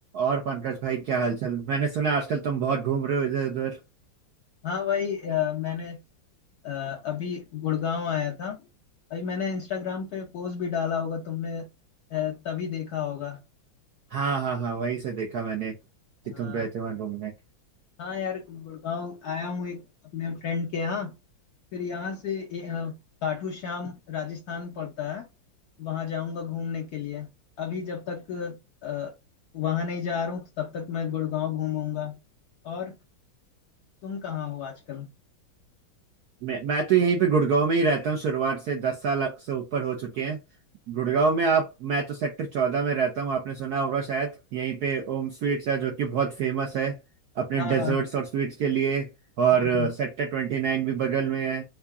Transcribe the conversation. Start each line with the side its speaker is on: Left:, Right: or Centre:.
Right: और पंकज भाई क्या हालचाल मैंने सुना आजकल तुम बहुत घूम रहे हो इधर उधर
Left: हाँ भाई अ, मैंने अ, अभी गुड़गांव आया था अभी मैंने इंस्टाग्राम पे पोस्ट भी डाला होगा तुमने अ, तभी देखा होगा
Right: हाँ हाँ हाँ वहीं से देखा मैंने कि
Left: हाँ
Right: तुम गए थे वहां घूमने
Left: हाँ यार गुड़गांव आया हूँ एक अपने फ्रेंड के यहाँ फिर यहाँ से ए, अ, खाटू श्याम राजस्थान पड़ता है वहाँ जाऊँगा घूमने के लिए अभी जब तक अ, वहाँ नहीं जा रहा हूँ तो तब तक मैं गुड़गांव घूमूंगा और तुम कहाँ हो आजकल
Right: मैं मैं तो यहीं पे गुड़गांव में ही रहता हूँ शुरुआत से दस साल से ऊपर हो चुके हैं गुड़गांव में आप मैं तो सेक्टर चौदह में रहता हूँ आपने सुना होगा शायद यहीं पे ओम स्वीट्स है जो कि बहुत फेमस है अपने
Left: हाँ
Right: डेजर्ट्स और स्वीट्स के लिए और
Left: हाँ
Right: सेक्टर ट्वेंटी नाइन भी बगल में है